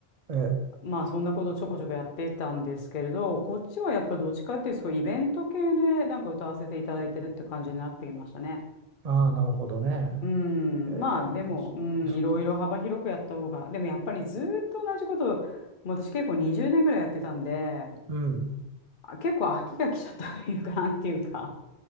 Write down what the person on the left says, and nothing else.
まあそんなことちょこちょこやってたんですけれど、こっちはやっぱどっちかっていうとそういうイベント系でなんか歌わせていただいてるって感じになってきましたね。
うん、
まあでも、
うん、いろいろ幅広くやった方が、でもやっぱりずーっと同じことを、もう私結構20年ぐらいやってたんで、
あ結構飽きが来ちゃったというか、なんていうか